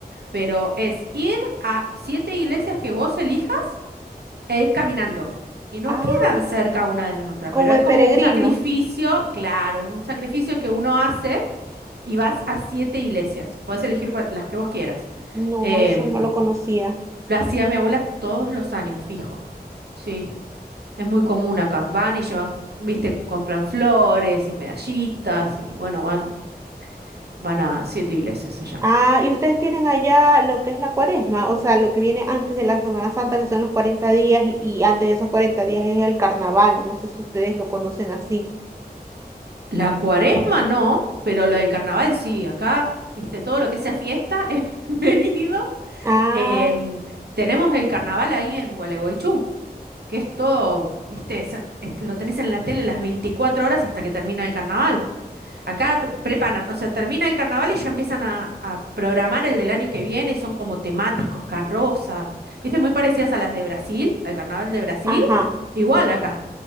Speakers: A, on the right; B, on the right.
A: Pero es ir a siete iglesias que vos elijas e ir caminando. Y no
B: Ah,
A: quedan cerca una de las otras,
B: como
A: pero es
B: de
A: como
B: peregrino.
A: un sacrificio, claro, un sacrificio que uno hace y vas a siete iglesias. Puedes elegir cual- las que vos quieras.
B: No,
A: Em,
B: eso no lo conocía.
A: lo hacía mi abuela todos los años, fijo. Sí, es muy común acá. Van y llevan, viste, compran flores y medallitas y bueno, van, van a siete iglesias, se llama.
B: Ah, y ustedes tienen allá lo que es la cuaresma, o sea, lo que viene antes de la Semana Santa, que son los 40 días, y, y antes de esos 40 días es el carnaval. No sé si ustedes lo conocen así.
A: La cuaresma no, pero lo del carnaval sí. Acá, viste, todo lo que sea fiesta <laughs> es bienvenido
B: Ah,
A: Em, tenemos el carnaval ahí en Gualeguaychú, que es todo, viste, es- es- lo tenés en la tele las 24 horas hasta que termina el carnaval. Acá p- preparan, o sea, termina el carnaval y ya empiezan a, a programar el del año que viene y son como temáticos, carrozas, viste, muy parecidas a las de Brasil, al carnaval de Brasil,
B: ajá.
A: igual acá.